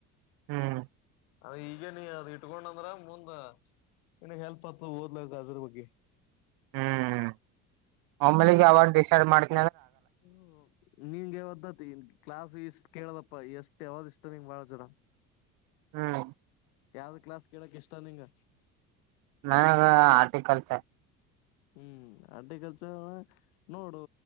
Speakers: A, on the right; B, on the left.
A: ಹ್ಮ್
B: ಅದ ಈಗ ನೀ ಅದ ಇಟ್ಕೊಂಡಂದ್ರ ಮುಂದ ನನಗ್ ಹೆಲ್ಪ್ ಹತ್ ಓದ್ಲ್ದ ಅದ್ರ ಬಗ್ಗೆ
A: ಹ್ಮ್ ಒಮ್ಮಲಿಗೆ ಯಾವಾಗ ಡಿಸೈಡ್ ಮಾಡ್ತ
B: ಹ್ಮ ನಿಂಗೆ ಒ್ದ ಕ್ಲಾಸ್ ಇಷ್ಟ್ ಕೇಳದಪ್ಪ ಎಷ್ಟು ಯಾವ್ದ ಇಷ್ಟ ನಿಂಗ ಬಾಳ ಜನ
A: ಹ್ಮ್
B: ಯಾವ್ದ ಕ್ಲಾಸ್ ಕೇಳಕ್ ಇಷ್ಟ ನಿಂಗ
A: ನ ಆರ್ಟಿಕಲ್ಚರ್
B: ಹ್ಮ್ ಅರ್ಟಿಕಲ್ಚರ್ ನೋಡು